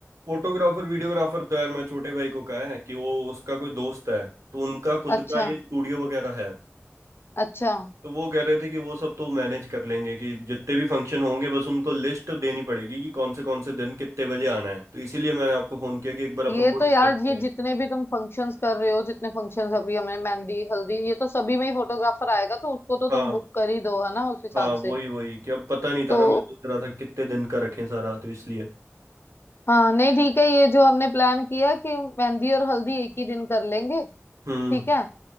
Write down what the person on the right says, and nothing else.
फोटोग्राफर वीडियोग्राफर तो यार मैं छोटे भाई को कहा है कि वो उसका कोई दोस्त है तो उनका खुद
का ये स्टूडियो वगैरह है
तो वो कह रहे थे कि वो सब तो मैनेज कर लेंगे कि जितने भी फंक्शन होंगे बस उनको लिस्ट देनी पड़ेगी कि कौन से कौन से दिन कितने बजे आना है तो इसीलिए मैंने आपको फोन किया कि एक बार
अपन वो
डिस्कस करें
हाँ
हाँ वही
वही कि अब पता नहीं
था ना मैं सोच रहा था कितने दिन का रखें सारा तो इसलिए
हम्म